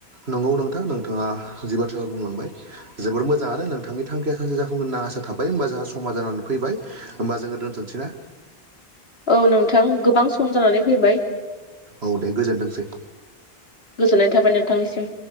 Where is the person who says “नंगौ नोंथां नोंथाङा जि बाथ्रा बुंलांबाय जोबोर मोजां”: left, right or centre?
Right